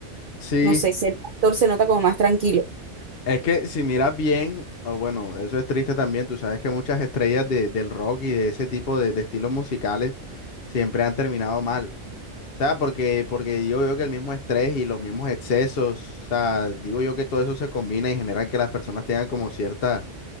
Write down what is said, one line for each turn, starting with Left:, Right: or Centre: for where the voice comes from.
Left: Sí.
Right: No sé, ser actor se nota como más tranquilo.
Left: Es que si miras bien, o bueno, eso es triste también, tú sabes que muchas estrellas de- del rock y de ese tipo de, de estilos musicales siempre han terminado mal. O sea, porque, porque yo veo que el mismo estrés y los mismos excesos, o sea, digo yo que todo eso se combina y generan que las personas tengan como ciertas,